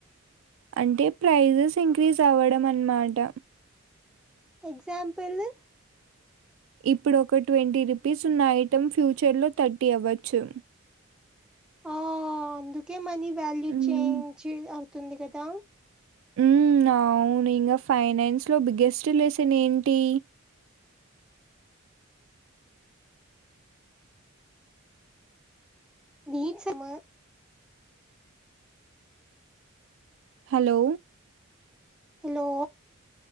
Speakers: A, on the right; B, in the centre.
A: అంటే ప్రైజెస్ ఇంక్రీజ్ అవ్వడం అన్నమాట
B: ఎగ్జాంపులు
A: ఇప్పుడు ఒక ట్వంటీ రూపీస్ ఉన్న ఐటెం ఫ్యూచర్ లో థర్టీ అవ్వచ్చు
B: ఆ అందుకే మనీ వాల్యూ
A: హ్మ్.
B: చేయింజు అవుతుంది కదా
A: మ్మ్ అవును ఇంకా ఫైనాన్స్ లో బిగ్గెస్ట్ లెసన్ ఏంటి
B: నీచము
A: హలో
B: హలో